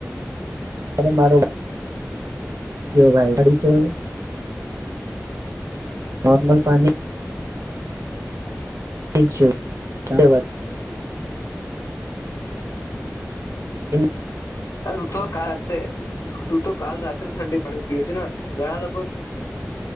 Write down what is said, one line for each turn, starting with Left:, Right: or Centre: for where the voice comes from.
Right: અ્યારે મારોું ગ તો નર્મલ પાણી છે ધન્યવાદ એ
Left: આ તું તો કે તું તો કાલ રાત્રે ઠંડી પાડીવી પીયો છેને ઘણા લોકો